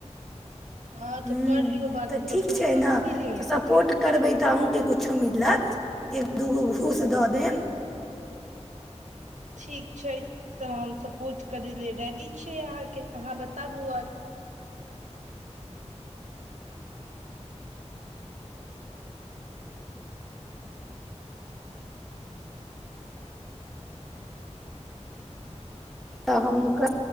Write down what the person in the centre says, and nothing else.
हूँ
तऽ
ठीक
छै
ने
तऽ
सपोर्ट करबै तऽ अहूँके कुछो मिल- लत एक दूगो। घूस दऽ देब।
तऽ हम। ओकरा